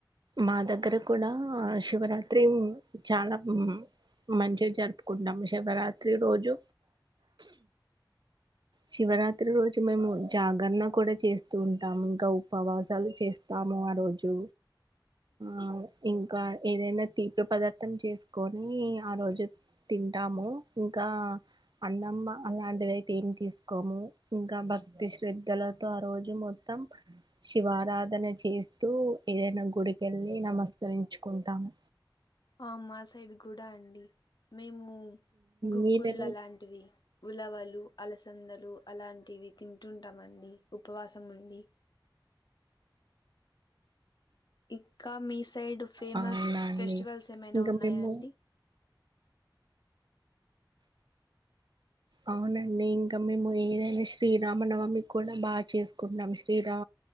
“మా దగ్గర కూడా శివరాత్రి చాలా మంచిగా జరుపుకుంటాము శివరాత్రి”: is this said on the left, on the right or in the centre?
Right